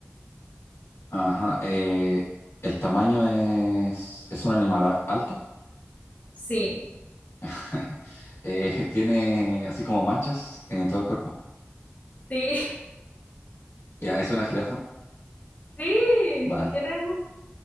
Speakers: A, on the left; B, on the left.
A: Ajá, eh, el tamaño es, es un animal a- alto,
B: Sí,
A: <laughs> eh, tiene así como manchas en todo el cuerpo.
B: sí,
A: Ya, es una jirafa,
B: <laughs> sí,
A: vale.
B: mi rebus.